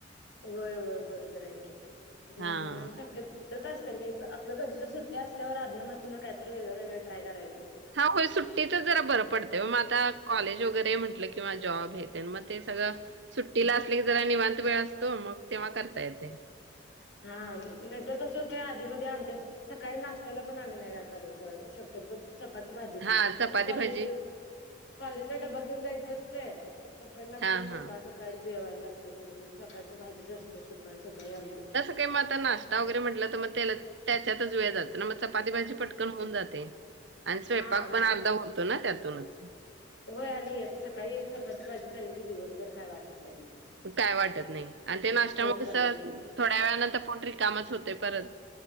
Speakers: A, on the left (about 70°); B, on the right (about 65°).
A: होय, होय, बरोबर आहे की, म्हणून
B: हा.
A: शक्य तसंच मी आपलं कधीतरी सुट्टी असल्यावर अधून मधून काय तरी वेगळं वेगळं ट्राय करायचं...
B: हा, होय, सुट्टीला जरा बरं पडतंय ओ, मग आता कॉलेज वगैरे म्हटलं किंवा जॉब, मग हे ते सगळं सुट्टीला असले की जरा निवांत वेळ असतो... हो मग तेव्हा करता येतंय...
A: हा, नाहीतर कसं होतंय आधीमध्ये आमच्या... सकाळी नाश्त्याला पण आम्ही नाही काय करत, शक्यतो चपाती भाजी,
B: हा चपाती
A: कॉलेजला
B: भाजी
A: डबा घेऊन जायचं असतं पप्पांना
B: हा
A: पण
B: हा
A: सकाळ सकाळी जेवायला लागतंय तर मग चपाती भाजीच अस असते सकाळी सकाळी आमच्यात
B: ते मग आता नाश्ता वगैरे म्हटलं तर मग तेला त्याच्यातच वेळ जातो ना मग चपाती भाजी पटकन होऊन जाते. आणि स्वयंपाक
A: हा
B: पण अर्धा होतो ना त्यातुनच
A: होय आणि एक सकाळी एक चपाती भाजी खाल्ली की दिवसभर काय वाटत नाही मग
B: काय वाटत नाही आणि ते नाश्त्यामुळे
A: पोट भरल्यासारखं
B: कस थोड्या वेळानंतर पोट रिकामच होते परत